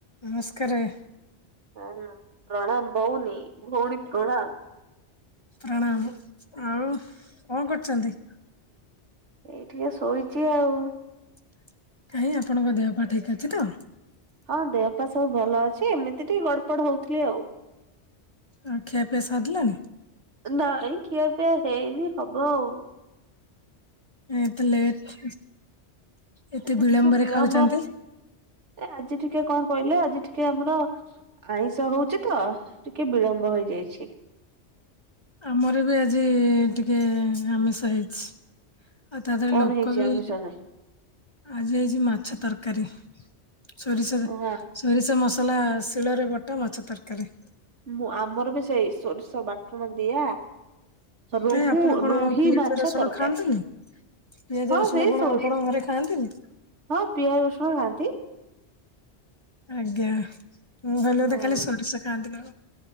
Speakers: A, on the left; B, on the right.
A: ନମସ୍କାରେ।
B: ହେ ନା ପ୍ରଣାମ ବଉନି ଭଉଣୀ ପ୍ରଣାମ।
A: ପ୍ରଣାମ ଆଉ କଣ କରୁଛନ୍ତି?
B: ଏଇଠି ଟିକେ ଶୋଇଛି ଆଉ।
A: <unintelligible> କାହିଁ ଆପଣଙ୍କ ଦେହ ପାଆ ଠିକ୍ ଅଛି ତ।
B: ହଁ ଦେହପାଆ ସବୁ ଭଲ ଅଛି ଏମିତି ଟିକେ ଗଡପଡ ହୋଉଥୁଲି ଆଉ।
A: ଆଉ ଖିଆ ପିଆ ସରିିଲାନି।
B: ନାଇଁ ଖିଆ ପିଆ ହେଇନି ହବ ଆଉ।
A: ନାଇଁ ଏତେ ଲେଟ୍ ଏତେ
B: ଏଥି
A: ବିଳମ୍ବରେ
B: ଟିକେ ବିଳମ୍ବ
A: ଖାଉଛନ୍ତି।
B: ଏ ଆଜି ଟିକେ କଣ କହିଲେ ଆଜି ଟିକେ ଆମର ଆଇଁଷ ହୋଉଚି ତ ଟି କେ ବିଳମ୍ବ ହୋଇଯାଇଛି।
A: ଆମର ବି ଆଜି ଟିକେ ଆମିଷ ହେଇଛି। ଆଉ ତା ଦ୍ୱାରା
B: କଣ
A: ଲୋକ
B: ହେଇଛି
A: ବି
B: ଆମିଷରେ
A: ଆଜି ହେଇଚି ମାଛ ତରକାରୀ ସୋରିଷରେ
B: ହଁ
A: ସୋରିଷ ମସଲା ଶିଳରେ ବଟା ମାଛ ତରକାରୀ।
B: ମୁଁ ଆମର ବି ସେଇ ସୋରିଷ ବାଟଣ ଦିଆ ରୋହୁ
A: ନାଇ ଆପଣ କଣ
B: ରୋହି
A: ପିଆଜ
B: ମାଛ
A: ରସୁଣ
B: ତରକାରୀ
A: ଖାଆନ୍ତିନି। ପିଆଜ
B: ହଁ
A: ରସୁଣ
B: ସେଇ
A: କଣ
B: ସୋରି
A: ଆପଣଙ୍କ ଘରେ ଖାଆନ୍ତିନି।
B: ହଁ ପିଆଜ ରସୁଣ ଖାଆନ୍ତି।
A: ଆଜ୍ଞା ମୁଁ ଭାବିଲି ବୋଧେ
B: ହୁଁ।
A: ଖାଲି ସୋରିଷ ଖାଆନ୍ତି ନା କ।